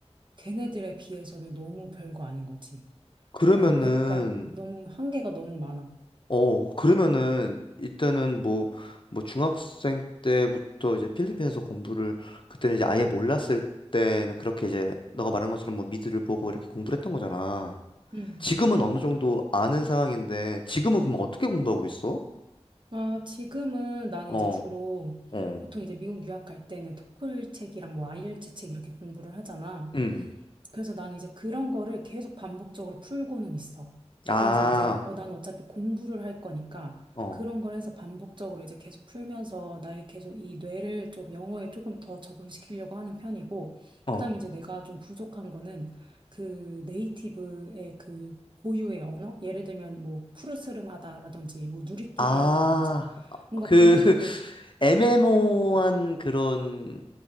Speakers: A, on the right (about 45°); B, on the left (about 45°).
A: 걔네들에 비해서는 너무 별거 아닌 거지.
B: 그러면은,
A: 어, 약간 너무 한계가 너무 많아.
B: 어, 그러면은, 일단은 뭐, 뭐, 중학생 때부터 이제 필리핀에서 공부를, 그때는 이제 아예 몰랐을 때는 그렇게 이제, 너가 말한 것처럼 뭐, 미드를 보고 이렇게 공부를 했던 거잖아.
A: 음,
B: 지금은 어느 정도 아는 상황인데, 지금은 그럼 어떻게 공부하고 있어?
A: 아, 지금은 나는
B: 어,
A: 이제 주로
B: 어,
A: 보통 이제 미국 유학 갈 때는 토플 책이랑 뭐 아이엘츠 책 이렇게 공부를 하잖아.
B: 음.
A: 그래서 난 이제 그런 거를 계속 반복적으로 풀고는 있어.
B: 아,
A: 그래서 이제 어, 난 어차피 공부를 할 거니까
B: 어,
A: 그런 걸 해서 반복적으로 이제 계속 풀면서 나의 계속 이 뇌를 좀 영어에 조금 더 적응시키려고 하는 편이고,
B: 어.
A: 그다음에 이제 내가 좀 부족한 거는 그 네이티브의 그 고유의 언어? 예를 들면 뭐 푸르스름하다라든지 뭐 누리끼리
B: 아,
A: 하다든지 뭔가
B: 그,
A: 걔네들도
B: 애매모호한 그런